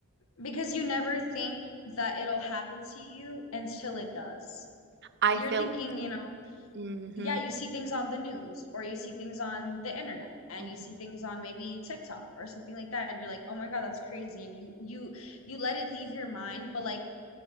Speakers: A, on the left (about 70°); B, on the right (about 50°).
A: Because you never think that it'll happen to you until it does.
B: I
A: You're
B: feel,
A: thinking, you know,
B: mm-hmm,
A: yeah, you see things on the news or you see things on the internet and
B: mm-hmm,
A: you see things on maybe TikTok or something like that and you're like, "Oh my God, that's crazy." And you you you let it leave your mind, but like